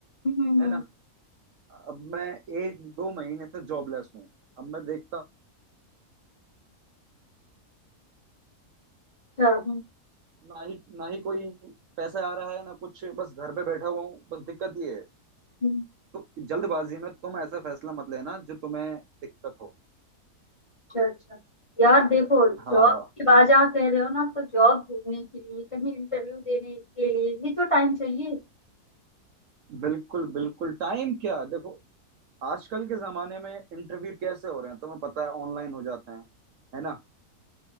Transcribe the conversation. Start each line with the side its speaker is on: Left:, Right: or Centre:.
Left: हम्म हम्म,
Right: है ना अब मैं एक दो महीने से जॉबलेस हूँ अब मैं देखता
Left: अच्छा हम्म,
Right: ना ही ना ही कोई पैसा आ रहा है ना कुछ बस घर पे बैठा हुआ हूँ बस दिक्कत ये है
Left: हम्म।
Right: तो जल्दबाजी में तुम ऐसा फैसला मत लेना जो तुम्हें दिक्कत हो
Left: अच्छा अच्छा यार देखो जॉब
Right: हाँ
Left: की बात जहाँ कह रहे हो ना तो जॉब ढूंढने के लिए कहीं इंटरव्यू देने के लिए भी तो टाइम चाहिए
Right: बिल्कुल बिल्कुल टाइम क्या देखो आजकल के जमाने में इंटरव्यू कैसे हो रहे हैं तुम्हें पता है ऑनलाइन हो जाते हैं है ना